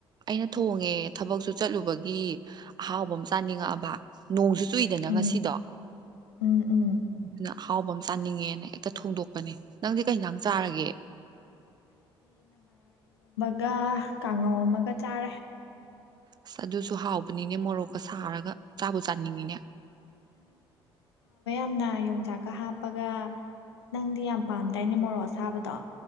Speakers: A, on the right (about 30°); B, on the left (about 75°).
A: ꯑꯩꯅ ꯊꯣꯡꯉꯦ ꯊꯕꯛꯁꯨ ꯆꯠꯂꯨꯕꯒꯤ ꯑꯍꯥꯎꯕ ꯑꯃ ꯆꯥꯅꯤꯡꯉꯛꯑꯕ ꯅꯣꯡꯁꯨ ꯆꯨꯏꯗꯅ
B: ꯎꯝ
A: ꯉꯁꯤꯗꯣ
B: ꯎꯝ ꯎꯝ
A: ꯑꯗꯨꯅ ꯍꯥꯎꯕ ꯑꯃ ꯆꯥꯅꯤꯡꯉꯦꯅ ꯍꯦꯛꯇ ꯊꯣꯡꯗꯣꯛꯄꯅꯦ ꯅꯪꯗꯤ ꯀꯩꯗꯥꯡ ꯆꯥꯔꯒꯦ
B: ꯒ ꯀꯥꯡꯉꯧ ꯑꯃꯒ ꯆꯥꯔꯦ
A: ꯑꯁ ꯑꯗꯨꯁꯨ ꯍꯥꯎꯕꯅꯤꯅꯦ ꯃꯣꯔꯣꯛꯀ ꯁꯥꯔꯒ ꯆꯥꯕ ꯆꯥꯅꯤꯡꯉꯤꯅꯦ
B: ꯁꯨꯝꯅ ꯌꯣꯡꯆꯥꯛꯀ ꯍꯥꯞꯄꯒ ꯅꯪꯗꯤ ꯌꯥꯝ ꯄꯥꯝꯗꯥꯏꯅꯦ ꯃꯣꯔꯣꯛ ꯑꯁꯥꯕꯗꯣ